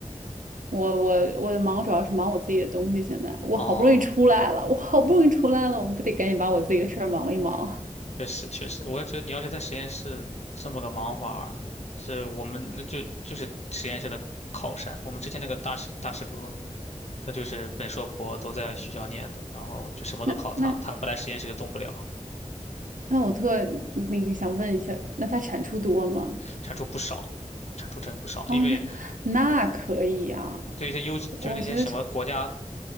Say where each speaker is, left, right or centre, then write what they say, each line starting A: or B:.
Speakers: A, on the right; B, on the left.
A: 我我我的忙主要是忙我自己的东西。现在我好不容易出来了，
B: 哦，
A: 我好不容易出来了，我们不得赶紧把我自己的事儿忙一忙啊？
B: 确实确实，我也觉得你要是在实验室这么个忙法儿这我们那就就是实验室的靠山。我们之前那个大师大师哥，他就是本硕博都在学校念的，然后就什么都考他，
A: 那那
B: 他不来实验室就动不了，
A: 那我特那个想问一下，那它产出多吗？
B: 产出不少，产出真不少。
A: 哦，
B: 因为
A: 那那可以啊，
B: 对于他优，就是那些什么国家
A: 我觉得这